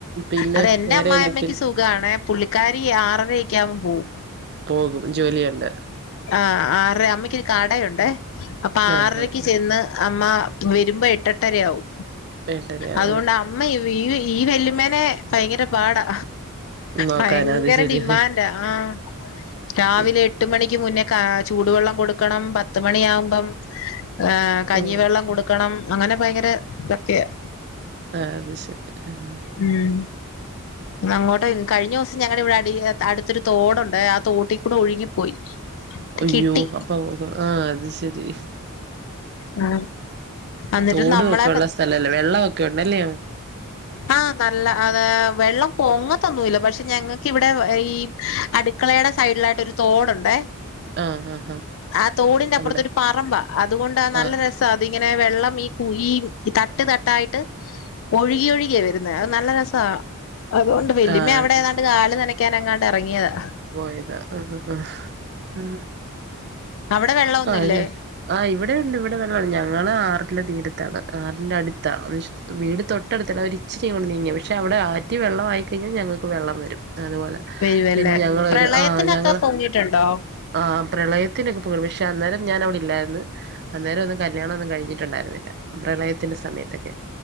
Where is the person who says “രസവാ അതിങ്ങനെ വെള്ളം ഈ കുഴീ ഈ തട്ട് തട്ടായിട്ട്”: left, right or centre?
Left